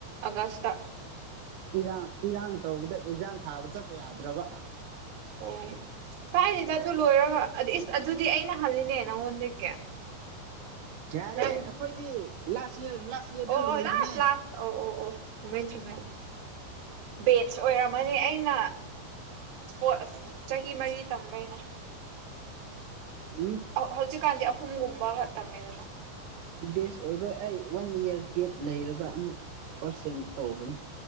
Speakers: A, on the right; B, on the right.
A: ꯑꯒꯁꯇ
B: ꯏꯔꯥꯡ ꯏꯔꯥꯡ ꯇꯧꯕꯗ ꯑꯦꯛꯖꯥꯝ ꯊꯥꯕ ꯆꯠꯄ ꯌꯥꯗ꯭ꯔꯕ
A: ꯑꯣ ꯀꯥꯏꯗꯦꯗ ꯑꯗꯨ ꯂꯣꯏꯔꯒ ꯑꯗꯨꯗꯤ ꯑꯩꯅ ꯍꯜꯂꯤꯅꯦ ꯅꯪꯉꯣꯟꯗꯒꯤ
B: ꯌꯥꯔꯦ
A: ꯅꯪ
B: ꯑꯩꯈꯣꯏꯗꯤ ꯂꯥꯁ ꯏꯔ ꯂꯥꯁ ꯏꯌꯥꯔꯗ
A: ꯑꯣ
B: ꯂꯣꯏꯕꯅꯦ
A: ꯑꯣ ꯂꯥꯁ ꯂꯥꯁ ꯑꯣ ꯑꯣ ꯑꯣ ꯆꯨꯝꯃꯦ ꯆꯨꯝꯃꯦ ꯕꯦꯠꯁ ꯑꯣꯏꯔꯝꯃꯅꯤ ꯑꯩꯅ ꯍꫭꯏ ꯑꯁ ꯆꯍꯤ ꯃꯔꯤ ꯇꯝꯕꯩꯅꯦ
B: ꯎꯝ
A: ꯍꯧꯖꯤꯛ ꯀꯥꯟꯗꯤ ꯍꯨꯝꯒꯨꯝꯕꯒ ꯇꯝꯃꯦꯗꯅ
B: ꯕꯦꯁ ꯑꯣꯏꯔꯣꯏ ꯑꯩ ꯋꯥꯟ ꯏꯌꯥꯔ ꯒꯦꯞ ꯂꯩꯔꯒ ꯑꯃꯨꯛ ꯐꯥꯔꯁ ꯁꯦꯝ ꯇꯧꯕꯅꯦ